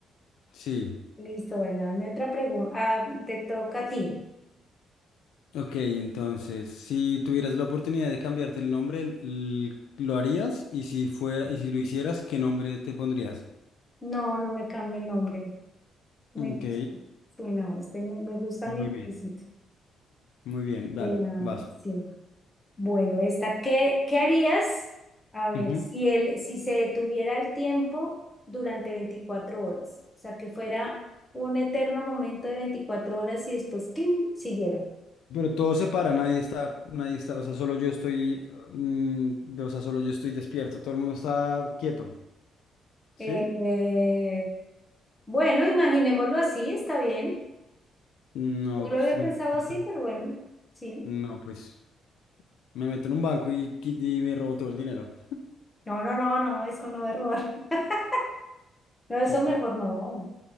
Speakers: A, on the left; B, on the left.
A: Sí.
B: Listo, bueno, hazme otra pregunta. Ah, te toca a ti.
A: Ok, entonces, si tuvieras la oportunidad de cambiarte el nombre, l- ¿lo harías? Y si fuera, y si lo hicieras, ¿qué nombre te pondrías?
B: No, no me cambie el nombre. Me,
A: Ok,
B: sí, no, este me, me gusta
A: muy
B: mi nombrecito.
A: bien. Muy bien, vale,
B: Eh, no,
A: vas.
B: sí. Bueno, esta, ¿qué, qué harías? A ver,
A: Ujú.
B: si él, si se detuviera el tiempo durante 24 horas, o sea, que fuera un eterno momento de 24 horas y después, ¡cling! siguiera.
A: Pero todo se para, nadie está, nadie está, o sea, solo yo estoy, mm, o sea, solo yo estoy despierto, todo el mundo está quieto, ¿sí?
B: Eh, eh, bueno, imaginémoslo así, está bien.
A: No,
B: No
A: pues,
B: lo había
A: 24,
B: pensado así, pero bueno, sí.
A: no, pues, me meto en un banco y, qui- y me robo todo el dinero.
B: No, no, no, no, eso no es robar. <laughs> No, eso
A: Pues,
B: mejor
A: cl-
B: no.